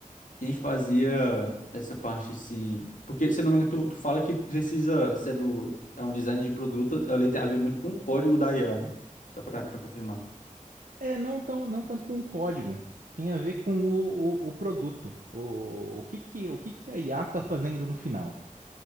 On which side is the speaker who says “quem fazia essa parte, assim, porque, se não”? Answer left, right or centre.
Left